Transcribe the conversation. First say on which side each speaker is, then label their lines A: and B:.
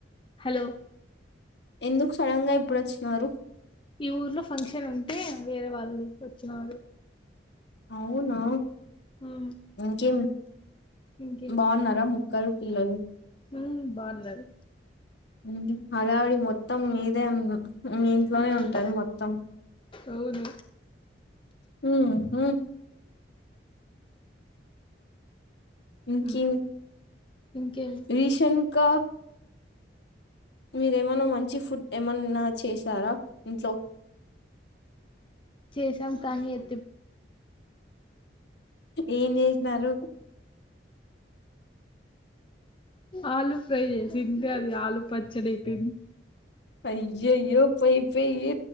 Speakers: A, on the left; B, on the left.
A: హలో
B: ఎందుకు సడన్గ ఇప్పుడొచ్చినారు.
A: ఈ ఊర్లో ఫంక్షన్ ఉంటే వేరే వాళ్ళు వచ్చినారు.
B: అవునా
A: హ్మ్
B: ఇంకేం
A: ఇంకేం
B: బాగున్నారా ముక్కలు పిల్లలు
A: మ్ బాగున్నారు
B: ఏంటి హడావి మొత్తం మీదే అం మీ ఇంట్లోనే
A: హ్మ్
B: ఉంటరు మొత్తం
A: అవును.
B: హ్మ్ హ్మ్ ఇంకి
A: హ్మ్ ఇంకేం
B: రీసెంట్గా మీరేమన్నా మంచి ఫుడ్ ఏమన్నా చేశారా ఇంట్లో
A: పాయసం కానీ <inaudible>
B: ఏం చేసినారు.
A: ఆలూ ఫ్రై చేసింటే అది ఆలూ పచ్చడి అయిపోయింది.
B: అయ్యయ్యో పోయి పోయి